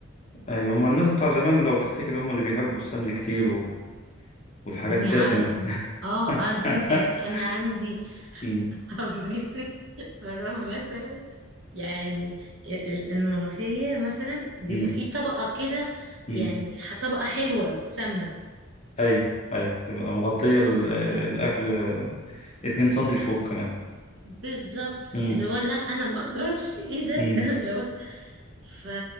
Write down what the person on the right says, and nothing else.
تسألني
أعرف
اه أعرف ناس يعني أنا عندي
<laughs> عمتي مرة مثلا يعني ال- الملوخية مثلا بيبقى
فيه طبقة كده
يعني ح- طبقة حلوة سمنة
بالظبط
اللي هو لا انا ما اقدرش ايه ده
<laughs> اللي هو ف...